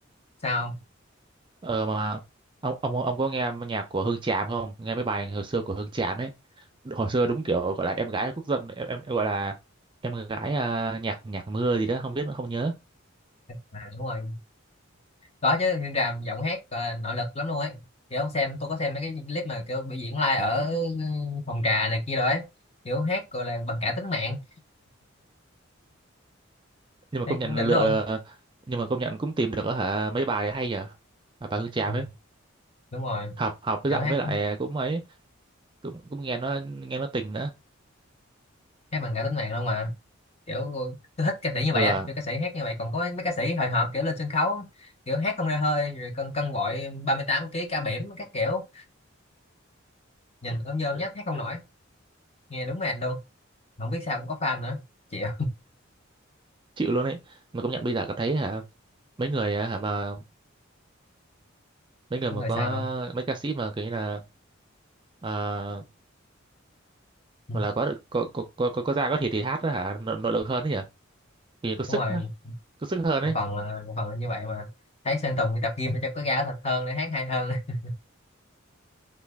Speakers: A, on the left; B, on the right.
A: sao không?
B: Ờ mà ông ông ông có nghe nhạc của Hương Tràm không? Nghe mấy bài hồi xưa của Hương Tràm ấy. Hồi xưa đúng kiểu gọi là em gái quốc dân, em, em em gọi là em gái à, nhạc nhạc mưa gì đó, không biết không nhớ.
A: à, đúng rồi có chứ Nguyên Tràm giọng hát ờ, nội lực lắm luôn ấy kiểu ông xem tôi có xem mấy cái clip mà kiểu biểu diễn live ở ừ, phòng trà này kia rồi ấy kiểu hát gọi là bằng cả tính mạng
B: Nhưng mà
A: hát
B: công nhận
A: cũng đỉnh
B: lựa
A: luôn
B: nhưng mà công nhận cũng tìm được hả mấy bài hay nhờ. Bà, bà Hương Tràm
A: ừ,
B: ấy,
A: đúng rồi
B: học học với
A: kiểu
B: giọng
A: hát
B: với lại cũng ấy cũng cũng nghe nó nghe nó tình nữa.
A: hát bằng cả tính mạng luôn mà kiểu tôi thích ca sĩ như
B: Ừ,
A: vậy á
B: à,
A: kiểu ca sĩ hát như vậy còn có mấy, mấy ca sĩ hồi hộp kiểu lên sân khấu kiểu hát không ra hơi rồi cân cân bội 38 kg ca bỉm các kiểu nhìn ôm nhôm nhách hát không nổi nghe đúng mệt luôn không biết sao cũng có fan nữa chịu
B: chịu luôn ấy. Mà công nhận bây giờ cảm thấy hả mấy người à, hả mà mấy người
A: đúng
B: mà
A: rồi
B: có
A: sao không
B: mấy ca sĩ mà kiểu như là à,
A: Ừ,
B: Hoặc là có có có có, có, có da có thịt thì hát đó hả nội, nội lực hơn đấy nhỉ vì có sức
A: đúng rồi
B: á, có sức hơn
A: một
B: ấy
A: phần là một phần là như vậy mà thấy Sơn Tùng đi tập gym để cho có ra thật hơn để hát hay hơn <laughs>